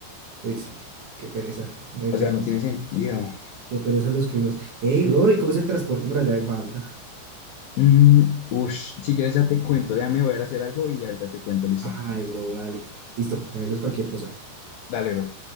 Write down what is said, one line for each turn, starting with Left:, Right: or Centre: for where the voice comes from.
Right: Uy, sí, qué pereza, eh,
Left: O
Right: qué
Left: sea,
Right: pereza,
Left: no tiene sentido.
Right: qué pereza los climas. Ey, bro, ¿y cómo es el transporte por allá en Malta?
Left: Mm, ush, si quieres ya te cuento, déjame ver a hacer algo y ahorita te cuento, ¿listo?
Right: Ay, bro, dale. Listo, me avisas cualquier cosa.
Left: Dale, bro.